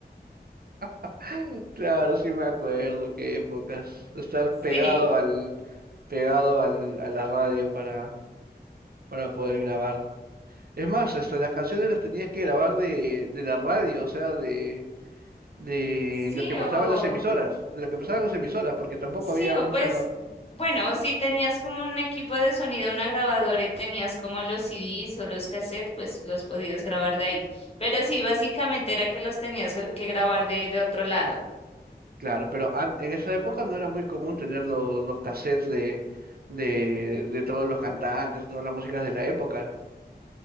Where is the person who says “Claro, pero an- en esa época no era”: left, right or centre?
Right